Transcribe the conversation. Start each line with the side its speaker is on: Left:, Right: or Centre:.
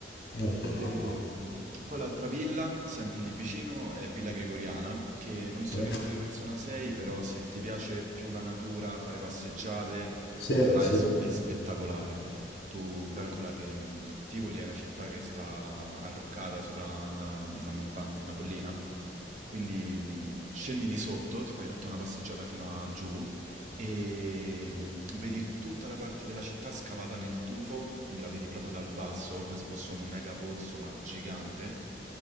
Left: ok.
Right: E, mm, poi l'altra villa, sempre lì vicino, è Villa Gregoriana, che non so
Left: Eh?
Right: che tipo di persona sei, però se ti piace più la natura, fare passeggiate,
Left: Sì,
Right: quella là
Left: sì,
Right: è, s- è spettacolare. Tu calcola che mm, Tivoli è una città che sta arroccata sopra una, una montagna, una collina, quindi mm, scendi di sotto, ti fai tutta una passeggiata fino a giù e mm, vedi tutta la parte della città scavata nel tufo, quindi la vedi proprio dal basso, come se fosse un mega pozzo, ma gigante.